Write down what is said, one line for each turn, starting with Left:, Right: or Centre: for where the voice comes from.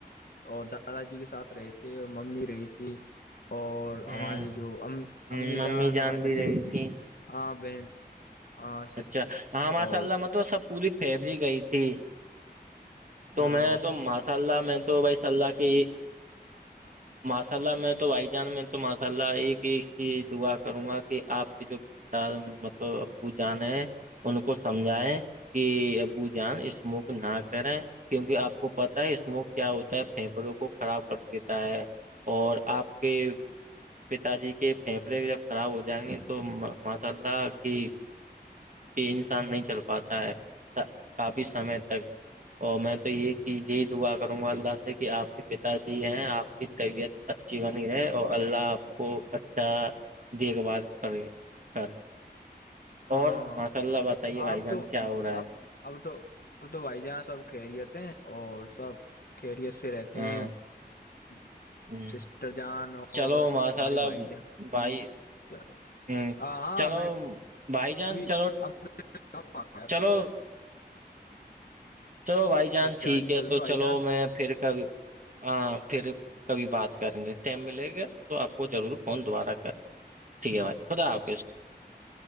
Left: اور دادا جی کے ساتھ رہے تھے اور ممی رہی تھی اور
Right: ہوں
Left: ہماری جو
Right: ہ
Left: امی
Right: ممی
Left: جان ہماری
Right: بھی رہی تھی
Left: آ بہن ہاں
Right: اچھا ہاں ماشاء
Left: اور
Right: اللہ میں تو سب پوری فیملی گئی تھی تو
Left: ہاں
Right: میں تو
Left: سب
Right: ماشاء اللہ میں تو بھائی صلہ کی
Left: <inaudible>
Right: ماشاء اللہ میں تو بھائی جان میں تو ماشاء اللہ ایک ایک چیز دعا کروں گا کہ آپ کی جو ڈ مطلب ابو جان ہے ان کو سمجھائے کہ ابو جان اسمک نہ کریں کیونکہ آپ کو پتا ہے اسم کیا ہوتا ہے پھیپڑوں کو خراب کر دیتا ہے اور آپ کے پتا جی کے فیبرے جب خراب ہو جائیں گے تو ماشاء اللہ کی کہ انسان نہیں چل پاتا ہے کافی سمے تک اور میں تو یہ کہ یہی دعا کروں گا اللہ سے کہ آپ کے پتا جی ہیں آپ کی طبیعت اچھی بنی رہے اور اللہ آپ کو اچھا دیکھ بھال کرے کرے
Left: ہاں
Right: اور ماشاء اللہ بتائیے بھائی
Left: آپ
Right: جان
Left: تو
Right: کیا ہو رہا
Left: آپ
Right: ہے
Left: اب تو اب تو بھائی جہاں سب خیریت ہیں اور سب خیریت سے رہتے
Right: ہاں
Left: کہ <unintelligible>
Right: ہ
Left: سسٹر جان اور
Right: چلو ماشاء
Left: ہمارے
Right: اللہ
Left: بھائی جان
Right: بھائی
Left: ہ
Right: ہ
Left: ہاں
Right: چلو
Left: میں
Right: بھائی جان
Left: ابھی
Right: چلو
Left: کا ہے
Right: چلو
Left: بھ جان <unintelligible>
Right: چلو بھائی جان
Left: اب چل
Right: ٹھیک ہے
Left: رہے
Right: تو
Left: ہیں بھائی
Right: چلو
Left: جان
Right: میں پھر کبھی ہاں پھر کبھی بات کریں گے ٹائم ملے گا تو آپ کو ضرور فون دوبارہ کریں گے ٹھیک ہے بھائی خداپ